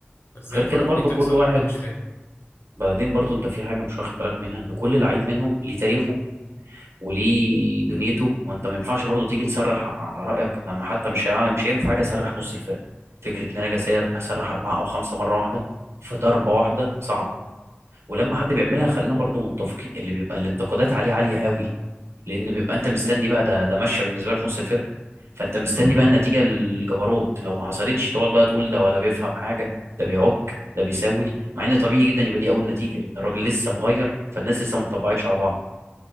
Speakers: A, on the left; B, on the right.
A: فازاي
B: غير
A: الحركة
B: كده برضو
A: دي تحصل
B: كل واحد
A: انا مش فاهم
B: بعدين برضو انت في حاجه مش واخد بالك منها ان كل لعيب منهم ليه تاريخه وليه دنيته وانت ما ينفعش برضو تيجي تسرح على رايك انا ما- حتى مش هيع- مش هينفع حاجه اسرح نص الفرقه فكره ان انا اجي أسير- اسرح اربعه او خمسه مره واحده في ضربه واحده صعبه ولما حد بيعملها خلينا برضو متفقين اللي بيبقى الانتقادات عليه عاليه قوي لان بيبقى انت مستني بقى ده ده ماشيه بالنسبه لك نص الفرقه فانت مستني
A: انا ما
B: بقى النتيجه الجبروت لو ما حصلتش تقعد بقى تقول ده ولا بيفهم حاجه ده بيعك ده بيساوي مع ان طبيعي جدا يبقى دي اول نتيجه لان الراجل لسه مغير فالناس لسه ما اتطبعتش على بعض